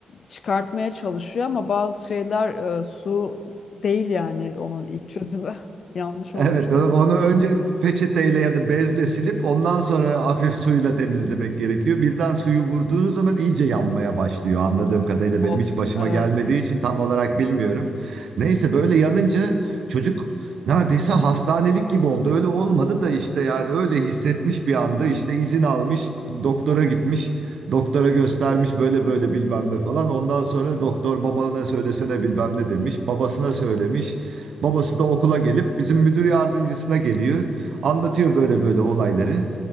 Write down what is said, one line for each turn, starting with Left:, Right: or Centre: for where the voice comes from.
Left: çıkartmaya çalışıyor ama bazı şeyler e, su değil yani onun ilk çözümü. <laughs> Yanlış olmuş
Right: Evet,
Left: tabii.
Right: o- onu önce peçeteyle ya da bezle silip ondan sonra hafif suyla temizlemek gerekiyor. Birden suyu vurduğunuz zaman iyice yanmaya başlıyor. Anladığım kadarıyla
Left: Of
Right: benim hiç başıma
Left: evet.
Right: gelmediği için tam olarak bilmiyorum. Neyse böyle yanınca çocuk neredeyse hastanelik gibi oldu. Öyle olmadı da işte yani öyle hissetmiş bir anda işte izin almış, doktora gitmiş. Doktora göstermiş böyle böyle bilmem ne falan. Ondan sonra doktor babana söylesene bilmem ne demiş. Babasına söylemiş. Babası da okula gelip bizim müdür yardımcısına geliyor. Anlatıyor böyle böyle olayları.